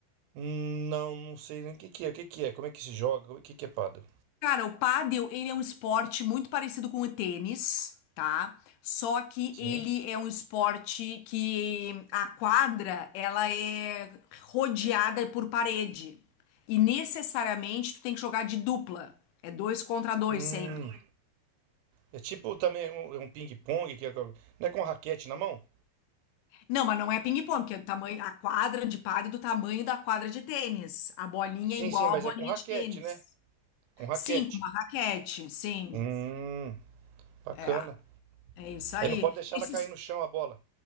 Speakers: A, on the right; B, on the left.
A: Hum, não, não sei nem o que que é. O que que é? Como é que se joga? Como é- O que que é pado?
B: Cara, o pádel, ele é um esporte muito parecido com o tênis, tá? Só que
A: Sim.
B: ele é um esporte que a quadra, ela é rodeada por parede. E necessariamente tu tem que jogar de dupla. É dois contra dois
A: Hum,
B: sempre.
A: é tipo também um, é um ping-pong que é com- não é com raquete na mão?
B: Não, mas não é ping-pong, porque é do tamanho, a quadra de pádel é do tamanho da quadra de tênis. A bolinha
A: Sim,
B: é igual
A: sim, mas
B: à bolinha
A: é com raquete,
B: de tênis.
A: né? Com raquete.
B: Sim, com uma raquete, sim.
A: Hum, bacana.
B: É, é isso aí.
A: Aí não pode deixar
B: Esses,
A: ela cair no chão a bola,